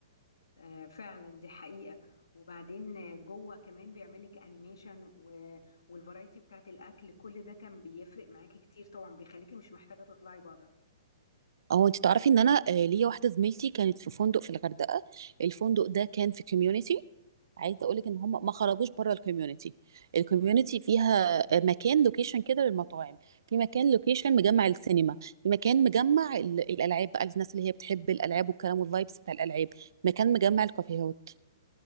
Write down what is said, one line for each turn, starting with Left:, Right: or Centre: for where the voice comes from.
Left: آه، فعلا دي حقيقة وبعدين آه، جوه كمان بيعملك انيميشن و... والفرايتي بتاعت الاكل كل ده كان بيفرق معاكي كتير طبعا بيخليكي مش محتاجة تطلعي بره
Right: او انت تعرفي ان انا آه، ليا واحده زميلتي كانت في فندق في الغردقه الفندق ده كان في كوميونيتي عايزه اقول لك ان هم ما خرجوش بره الكوميونتي الكوميونتي فيها آه، مكان لوكيشن كده للمطاعم في مكان لوكيشن مجمع السينما في مكان مجمع ال- الالعاب بقى الناس اللي هي بتحب الالعاب والكلام والفايبس بتاع الالعاب مكان مجمع الكافيهات